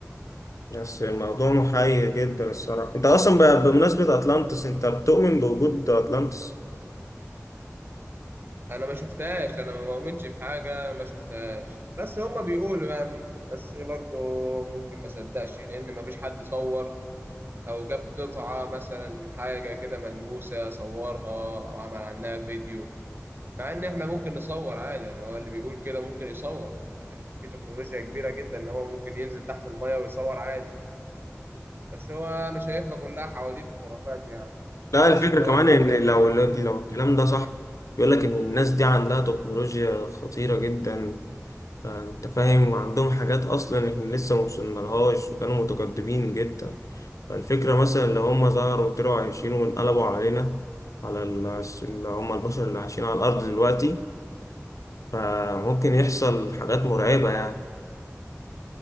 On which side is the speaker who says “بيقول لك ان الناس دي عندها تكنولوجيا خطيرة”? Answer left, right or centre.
Left